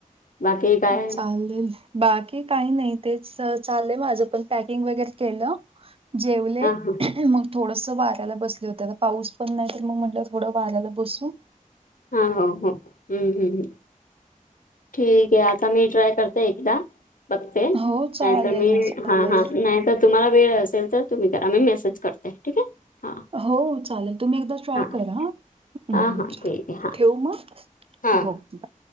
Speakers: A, on the left; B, on the right.
A: बाकी काय
B: चालेल, बाकी काही नाही. तेच चालय माझं पण, पॅकिंग वगैरे केलं, जेवले
A: हा हा
B: मग थोडंसं वाऱ्याला बसले होते, आता पाऊस पण नाही तर मग म्हटलं थोडं वाऱ्याला बसू.
A: हा हो हं, हम्म हम्म्म हम्म. ठीक हे आता मी ट्राय करते एकदा. बघते,
B: हो चालेल
A: नाही तर मी,
B: ना चालेल.
A: हा हा नाही तर तुम्हाला वेळ असेल तर तुम्ही करा, मी मेसेज करते. ठीक आहे हां
B: हो चालेल, तुम्ही एकदा ट्राय
A: हां
B: करा.
A: हां
B: म्
A: हां ठीक आहे हां
B: ठेवू मग,,
A: हां
B: हो बर.